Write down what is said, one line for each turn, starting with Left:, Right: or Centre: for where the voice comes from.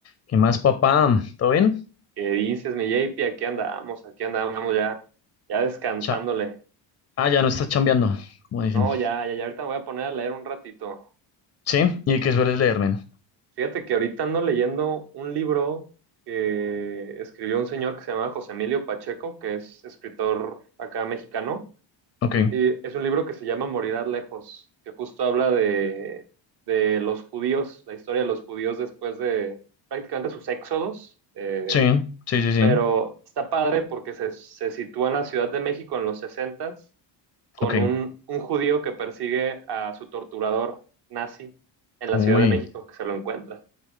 Left: ¿Qué más, papá? ¿Todo bien?
Right: ¿Qué dices, mi JP? Aquí andamos, aquí andamos ya, ya descansándole.
Left: Cha- ah, ya no estás chambeando, como dicen.
Right: No, ya, ya, ya ahorita me voy a poner a leer un ratito.
Left: Sí, ¿y qué sueles leer, men?
Right: Fíjate que ahorita ando leyendo un libro que escribió un señor que se llama José Emilio Pacheco, que es escritor acá mexicano.
Left: Ok,
Right: Y es un libro que se llama Morirás lejos, que justo habla de, de los judíos, la historia de los judíos después de prácticamente sus éxodos. eh,
Left: sí, sí, sí, sí.
Right: pero está padre porque se, se sitúa en la Ciudad de México en los 60s con
Left: Ok,
Right: un, un judío que persigue a su torturador nazi en la
Left: uy,
Right: Ciudad de México, que se lo encuentra.